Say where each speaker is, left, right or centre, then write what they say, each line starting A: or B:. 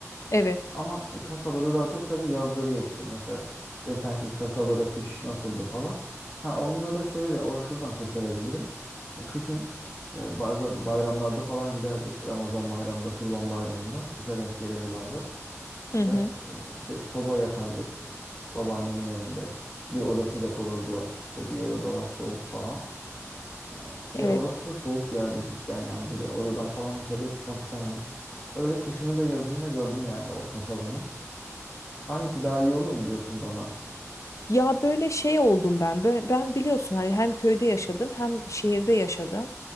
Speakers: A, on the left; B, on the left.
A: evet.
B: Ama kasabada daha çok tabii yazları yaşadım. Mesela desen ki kasabada kış nasıldı falan. Ha onunla da şöyle or şuradan kurtarabilirim. Kışın e, bazen bayramlarda falan giderdik. Ramazan bayramında, Kurban bayramında kışa denk gelirdi bazen.
A: Hı hı,
B: Ve e, işte soba yakardık babaannemin evinde. Bir oda sıcak olurdu. İşte diğer odalar soğuk falan. E, Ve
A: evet.
B: orası da soğuk bir yerdi cidden yani böyle odadan falan dışarıya çıkmak istemezdik. Öyle kışını da yazını da gördüm yani o kasabanın. Hangisi daha iyi olur mu diyorsun bana?
A: Ya böyle şey oldum ben. Bö- Ben biliyorsun hani hem köyde yaşadım hem şehirde yaşadım.